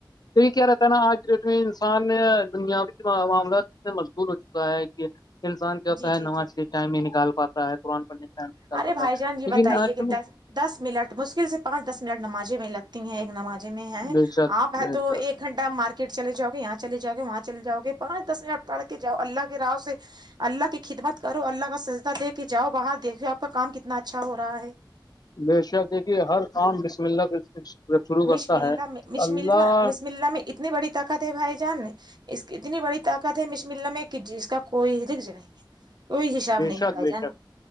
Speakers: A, on the left; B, on the right.
A: تو یہ کیا رہتا ہے نا آج کے ڈیٹ میں انسان دنیاوی معاملات میں مشغول ہو چکا ہے کہ انسان کیا
B: جی
A: ہوتا
B: جی
A: ہے نماز
B: جی
A: کے ٹائم ہی نکال پاتا ہے قرآن پڑھ <inaudible> پتا
B: ارے بھائی
A: ہے
B: جان یہ
A: لیکن
B: بتائیے
A: آج
B: کہ
A: کل
B: دس دس منٹ مشکل سے پانچ دس منٹ نمازے میں لگتی ہیں ایک نمازے میں ہیں
A: بے شک
B: آپ ہیں
A: بے
B: تو
A: شک
B: ایک گھنٹہ مارکیٹ چلے جؤے یہاں چلے جؤے وہاں چلے جؤے پانچ دس منٹ پڑھ کے جاؤ اللہ کے راؤ سے اللہ کی خدمت کرو اللہ کا سجدہ دے کے جاؤ باہر دیکھو آپ کا کام کتنا اچھا ہو رہا ہے
A: بے شک یہ کہ ہر عام بسم اللہ جب شروع
B: بسم
A: کرتا
B: اللہ
A: ہے
B: میں
A: تو اللہ
B: بسم اللہ میں اتنی بڑی طاقت ہے بھائی جان اس کی اتنی بڑی طاقت ہے مشم اللہ میں کہ اس کا کوئی رگج نہیں ہے کوئی حشاب
A: بے
B: نہیں
A: شک
B: ہے بھائی
A: بے
B: جان
A: شک